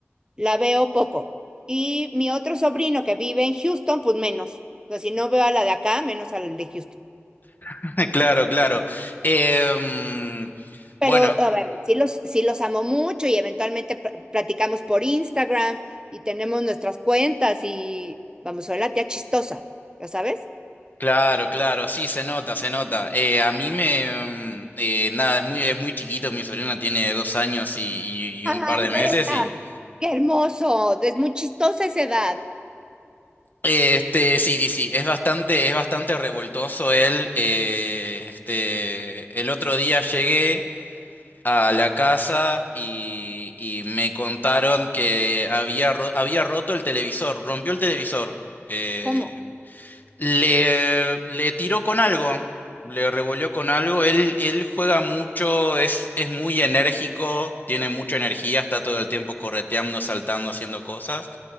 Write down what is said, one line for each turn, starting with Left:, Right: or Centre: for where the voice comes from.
Right: La veo poco. Y mi otro sobrino que vive en Houston, pues menos. O sea, si no veo a la de acá, menos a la de Houston.
Left: <laughs> Claro, claro. Em,
Right: Pero,
Left: bueno,
Right: a ver, sí los, sí los amo mucho y eventualmente pl- platicamos por Instagram y tenemos nuestras cuentas y vamos, soy la tía chistosa, ¿ya sabes?
Left: claro, claro, sí, se nota, se nota. Eh, a mí me, em, eh, nada, es muy, es muy chiquito, mi sobrina tiene dos años y, y- y
Right: Ay,
Left: un par de
Right: pero
Left: meses y,
Right: ¡Qué hermoso! Es muy chistosa esa edad.
Left: eh, este, sí, sí, sí, es bastante, es bastante revoltoso él. eh, este, el otro día llegué a la casa y, y me contaron que había, ro- había roto el televisor, rompió el televisor. eh,
Right: ¿Cómo?
Left: Le, le tiró con algo, le revolvió con algo. Él, él juega mucho, es, es muy enérgico, tiene mucha energía, está todo el tiempo correteando, saltando, haciendo cosas.